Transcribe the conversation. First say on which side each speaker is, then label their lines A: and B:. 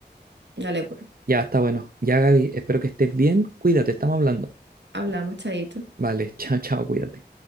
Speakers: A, on the right; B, on the right.
A: Dale, pues.
B: ya está bueno. Ya, Gaby, espero que estés bien. Cuídate, estamos hablando.
A: Hablamos, chaito.
B: Vale, <laughs> chao, chao, cuídate.